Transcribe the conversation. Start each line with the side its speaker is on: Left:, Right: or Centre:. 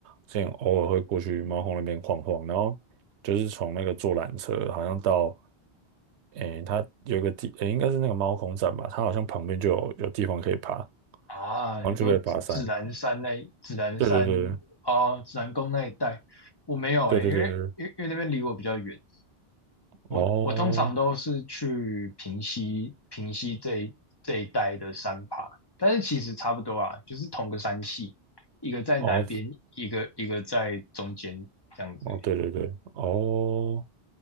Right: 之前偶尔会过去猫空那边晃晃，然后就是从那个坐缆车，好像到诶，它有一个地，诶，应该是那个猫空站吧，它好像旁边就有有地方可以爬，
Left: 啊，
Right: 好像就可以爬山。
Left: 你说指南山那指南山
Right: 对对对
Left: 啊，哦指南宫那一带，我没有诶、
Right: 对对对对，
Left: 因为因为因为那边离我比较远。
Right: 对
Left: 我我通常都是去平溪平溪这一这一带的山爬，
Right: 哦
Left: 但是其实差不多啊，就是同个山系，一个在南边，
Right: 哦，
Left: 一个一个在中间这样子而已
Right: 哦，对对对，哦，